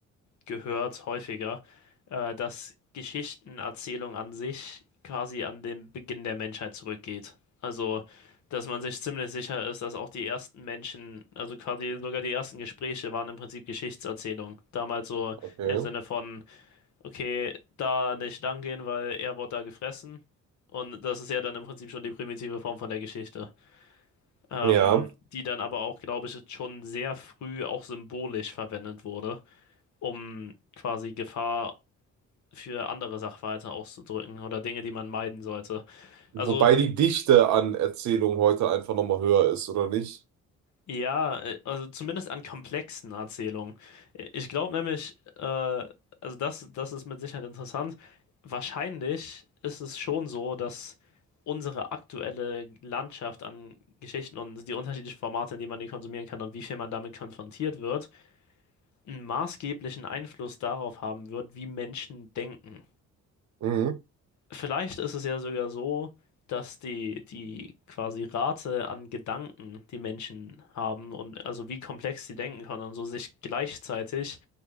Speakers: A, on the left; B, on the right.
A: gehört, häufiger, äh, dass Geschichtenerzählung an sich quasi an den Beginn der Menschheit zurückgeht. Also, dass man sich ziemlich sicher ist, dass auch die ersten Menschen, also quasi sogar die ersten Gespräche waren im Prinzip Geschichtserzählung. Damals so
B: Okay.
A: im Sinne von, okay, da nicht lang gehen, weil er wurde da gefressen. Und das ist ja dann im Prinzip schon die primitive Form von der Geschichte ähm,
B: Ja.
A: die dann aber auch, glaube ich, schon sehr früh auch symbolisch verwendet wurde, um quasi Gefahr für andere Sachverhalte auszudrücken oder Dinge, die man meiden sollte.
B: Wobei
A: Also
B: die Dichte an Erzählungen heute einfach nochmal höher ist, oder nicht?
A: ja, äh, also zumindest an komplexen Erzählungen. Äh, Ich glaube nämlich, äh, also das, das ist mit Sicherheit interessant. Wahrscheinlich ist es schon so, dass unsere aktuelle Landschaft an Geschichten und die unterschiedlichen Formate, in denen man die konsumieren kann und wie viel man damit konfrontiert wird, einen maßgeblichen Einfluss darauf haben wird, wie Menschen denken.
B: Mhm.
A: Vielleicht ist es ja sogar so, dass die, die quasi Rate an Gedanken, die Menschen haben und also wie komplex sie denken können und so sich gleichzeitig